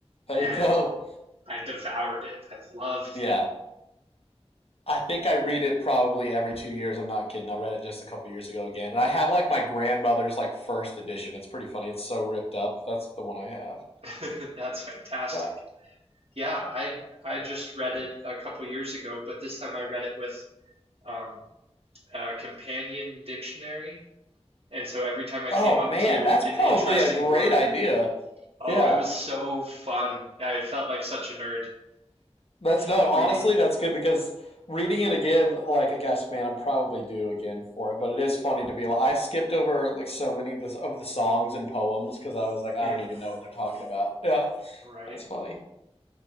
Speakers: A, on the left; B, on the right.
A: There
B: and
A: you go.
B: I devoured it. I've loved
A: Yeah. I think I read it probably every two years. I'm not kidding. I read it just a couple years ago again, and I have like my grandmother's like first edition. It's pretty funny. It's so ripped up. That's the one I have.
B: that. <laughs> That's fantastic.
A: Yeah.
B: Yeah, I I just read it a couple years ago, but this time I read it with um, a companion dictionary, and so every time I
A: Oh
B: came up
A: man,
B: to
A: that's
B: an
A: probably
B: interesting
A: a great
B: word,
A: idea.
B: oh,
A: Yeah,
B: it was so fun. I felt like such a nerd
A: that's
B: <laughs>
A: no. Honestly,
B: reading.
A: that's good because reading it again, like I guess, man, I'm probably due again for it. But it is funny to be like I skipped over like so many of the, of the songs and poems because I was like I
B: Mhm.
A: don't even know what they're talking about. Yeah,
B: Right.
A: that's funny.